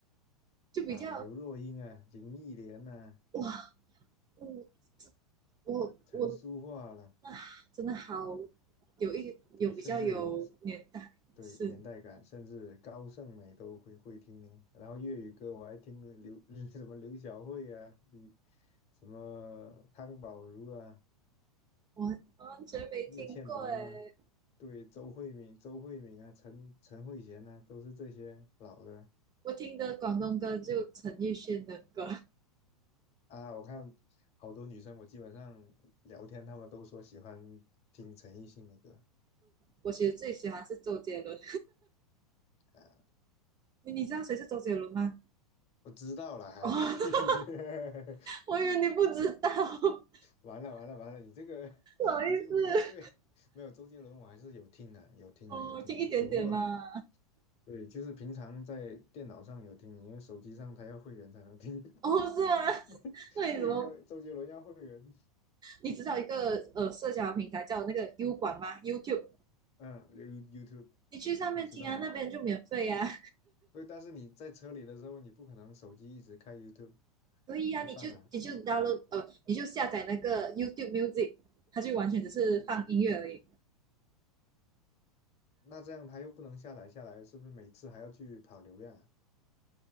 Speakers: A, on the right; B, on the left.
A: <laughs> 就比较
B: 啊，刘若英啊，林忆莲呐、
A: 哇，我我我
B: 陈淑桦啦，
A: 啊，真的好有一有比较有年代，
B: 对，甚至有对年代感，
A: 是
B: 甚至高胜美都会会听呢。然后粤语歌我还听刘 <laughs> 什么刘小慧啊，李什么汤宝如啊，
A: 我完全没听过诶，
B: 叶倩文啦、对，周慧敏、周慧敏啊，陈陈慧娴啊，都是这些老的
A: 我听的广东歌就陈奕迅的歌。
B: 啊。我看好多女生，我基本上聊天，她们都说喜欢听陈奕迅的歌
A: 我其实最喜欢是周杰伦，
B: 啊。
A: 你你知道谁是周杰伦吗？
B: 我知道了，还
A: 哦，
B: <laughs>
A: 我以为你不知道，不
B: 完了完了完了，你这个
A: 好意思。
B: 你这个不太对。没有周杰伦，我还是有听的，有听的，
A: 哦，
B: 有听的。
A: 听一点点嘛。
B: 只不过对，就是平常在电脑上有听，因为手机上他要会员才能听。
A: 哦，是吗？
B: <laughs>
A: 那你怎么？
B: 对，要周杰伦要会员。
A: 你知道一个呃社交平台叫那个 U 管吗？YouTube，
B: 嗯，You-，YouTube，
A: 你去上面听啊，
B: 我知道。
A: 那边就免费啊。
B: 对，但是你在车里的时候，你不可能手机一直开 YouTube
A: 所以啊，
B: 去放啊。
A: 你就你就 download 呃，你就下载那个 YouTube Music，它就完全只是放音乐而已。
B: 那这样它又不能下载下来，是不是每次还要去跑流量啊？